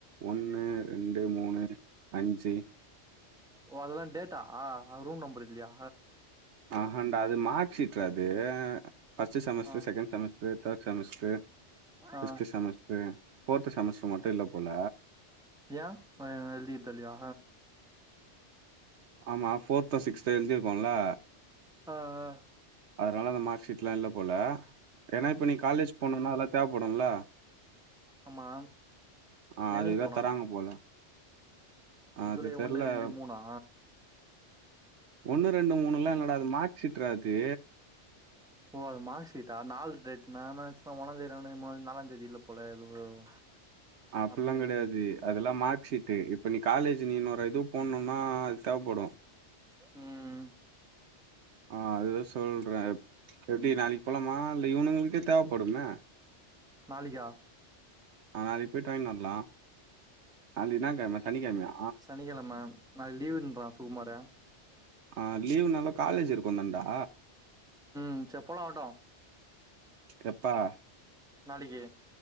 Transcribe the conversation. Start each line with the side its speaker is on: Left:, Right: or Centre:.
Right: ஒன்னு ரெண்டு மூணு அஞ்சி
Centre: ஓ அதெல்லா டேட்டா ரூம் நம்பர் இல்லியா
Right: ஆஹாண்டா அது மார்க் ஷீட்ரா அது ஃபர்ஸ்டு semester
Centre: ஆ
Right: second semester third semester
Centre: ஆ
Right: ஃபிஃப்த்து செமஸ்ட்ரு ஃபோர்த்து செமஸ்ட்ரு மட்டு இல்ல போல
Centre: ஏ அவ எ எழ்த்தி தர்லயா
Right: ஆமா ஃபோர்த்தோ சிக்ஸ்த்தோ எழுதிர்க்கோல
Centre: ஆ ஆ
Right: அதனால அந்த மார்க் ஷீட்லா இல்ல போல ஏன்னா இப்ப நீ காலேஜ் போனும்னா அதெல்லா தேவப்படும்ல
Centre: ஆமா
Right: ஆ
Centre: என்னைக்கு
Right: அதுக்குதா
Centre: போனா
Right: தராங்க போல ஆ,
Centre: ஜூலை
Right: அது தெர்ல
Centre: ஒன்னு ரெண்டு மூணா
Right: ஒன்னு ரெண்டு மூணுலா என்னடா அது மார்க் ஷீட்றா அது
Centre: ஓ அது மார்க் ஷீட்டா நாலு டேட்னா நா என்ன நெனச்ச ஒன்னாந் தேதி ரெண்டாந் தெதி மூனாந் தேதி நாலாந் தேதி இல்ல போல <unintelligible>
Right: அப்புல்லா
Centre: அப்டி நெனச்சே
Right: கெடையாது அதெலா மார்க் ஷீட்டு இப்போ நீ காலேஜ் நீ இன்னௌரு இது போன்னோனா அது தேவப்படோ
Centre: உம்
Right: ஆ அது சொல்றே எப்டி நாளைக்கு போலமா இல்ல இவனுங்களுக்கே தேவப்படுமே
Centre: நாளைக்கா
Right: ஆ நாளைக்கு போய்டாது வரலா நாளைக்கு என்ன கெழம சனிக்கெழமையா
Centre: சனிக்கெழமை நாளைக்கு லீவுன்றா சுகுமாரு
Right: ஆ லீவ் நாலு காலேஜ் இருக்கு தான்டா
Centre: ம் செப்பலாவுடோ
Right: எப்பா
Centre: நாளைக்கு